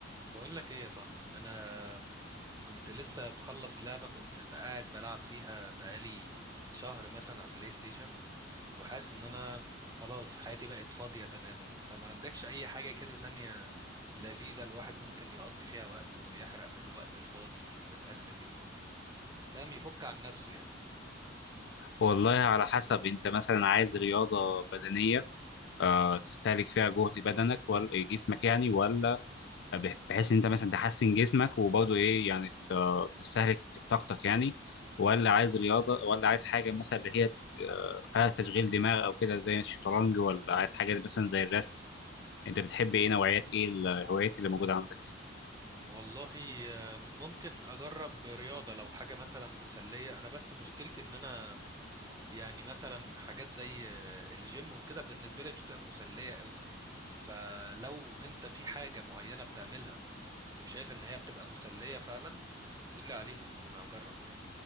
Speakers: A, on the right; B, on the left.
A: بقول لك ايه يا صاحبي انا كنت لسه مخلص لعبة كنت قاعد بلعب فيها بقالي شهر مثلا على بلاي ستيشن وحاسس ان انا خلاص حياتي بقت فاضية تماما فما عندكش اي حاجة كده تانية لذيذة الواحد ممكن يقضي فيها وقته ويحرق الوقت الفاضي اللي في اخر اليوم فاهم يفك عن نفسه يعني
B: والله على حسب انت مثلا عايز رياضة بدنية آه تستهلك فيها جهد بدنك ولا جسمك يعني ولا بح- بحيث ان انت مثلا تحسن جسمك وبرضه ايه يعني ت- تستهلك طاقتك يعني
A: مم.
B: ولا عايز رياضة ولا عايز حاجة مثلا اللي هي تس- آه، فيها تشغيل دماغ او كده زي الشطرنج ولا عايز حاجة مثلا زي الرسم انت بتحب ايه نوعيات ايه الهوايات اللي موجودة عندك
A: والله آم، ممكن اجرب رياضة لو حاجة مثلا مسلية انا بس مشكلتي ان انا يعني مثلا حاجات زي آه، الجيم وكده بالنسبة لي مش تبقى مسلية قوي فلو انت في حاجة معينة بتعملها وشايف ان هي بتبقى مسلية فعلا قولي عليها ممكن اجرب يعني